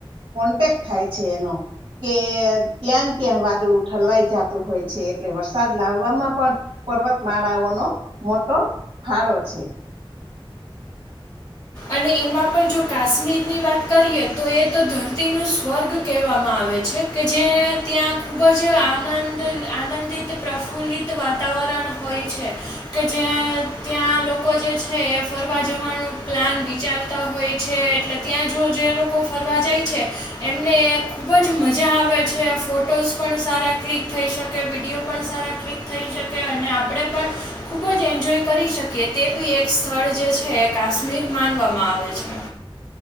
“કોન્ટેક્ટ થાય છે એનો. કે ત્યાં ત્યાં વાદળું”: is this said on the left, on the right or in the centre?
Right